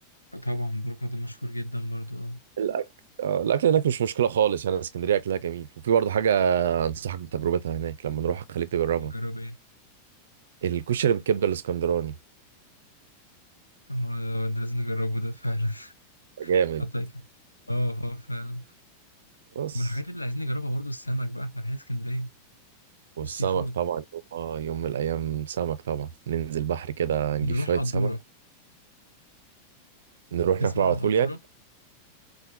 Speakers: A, on the left; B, on the right.
A: آه، طبعا بروكا ده مشهور جدا برضو اه
B: الأكل آه، الأكل هناك مش مشكلة خالص يعني اسكندرية أكلها جميل وفي برضه حاجة أنصحك بتجربتها هناك لما نروح خليك تجربها
A: نجرب ايه
B: الكشري بالكبدة الإسكندراني
A: اه ده لازم نجربه ده فعلا <laughs>
B: جامد
A: حطيت كده اه اه فعلا
B: بس
A: من الحاجات اللي عايزين نجربها برضو السمك بقى احنا رايحين اسكندريه
B: والسمك
A: السي فود
B: طبعا يوم آه، يوم من الأيام سمك طبعا ننزل بحر كده نجيب
A: نروح
B: شوية
A: قدوره
B: سمك نروح
A: تسمع
B: ناكله على
A: عن
B: طول
A: قدوره
B: يعني